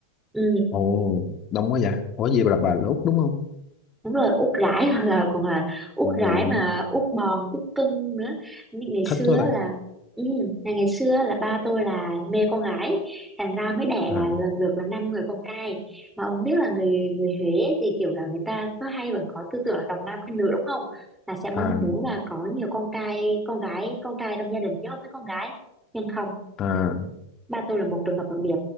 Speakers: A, in the centre; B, on the left.
A: Ừ.
B: ồ đông quá vậy ủa gì bà là bà lốt đúng không
A: đúng rồi út gái <laughs> hoặc là còn là út
B: rồi
A: gái mà út bòn út cưng nữa như ngày xưa
B: thích quá
A: á
B: ta
A: là ừ, ngày ngày xưa á là ba tôi là mê con gái thành ra mới đẻ
B: à
A: là lần lượt là năm người con trai mà ông biết là người người Huế thì kiểu là người ta có hay vẫn có tư tưởng là trọng nam khinh nữ đúng không là sẽ mong
B: à
A: muốn là có nhiều con trai con gái con trai trong gia đình chứ không phải con gái nhưng không
B: à
A: ba tôi là một trường hợp đặc biệt